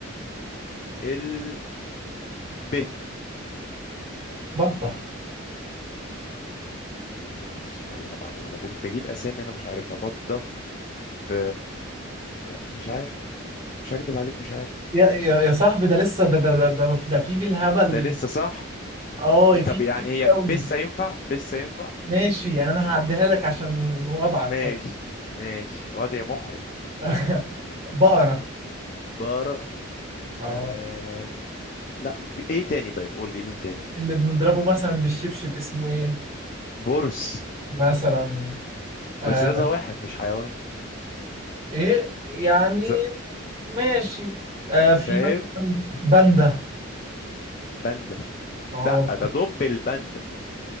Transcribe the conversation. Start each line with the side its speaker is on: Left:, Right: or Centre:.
Left: ال ب يا
Right: بطة
Left: نهار اسود على اللي انا بعمله انا بج- بجيب اسامي انا مش عارفها بطة ب يعني مش عارف مش هكدب عليك مش عارف
Right: يا يا يا صاحبي ده لسه ده ده ده ده, ده في بالهبل
Left: ده لسه صح
Right: اه في
Left: طب
Right: كتير
Left: يعني هي
Right: قوي
Left: بس ينفع بس ينفع
Right: ماشي يعني انا هعديها لك عشان وضعك
Left: ماشي
Right: فاهم؟
Left: ماشي وضع محرج
Right: <laughs> بقرة
Left: بارة
Right: اه
Left: آه... لا في ايه تاني طيب قول لي مين تاني
Right: اللي بنضربه مثلا بالشبشب اسمه ايه
Left: برص
Right: مثلا آه
Left: بس ده زواحف مش حيوان
Right: ايه يعني
Left: ز...
Right: ماشي آه في
Left: فاهم
Right: مثلا باندا
Left: باندا
Right: اه
Left: لا ده دب الباندا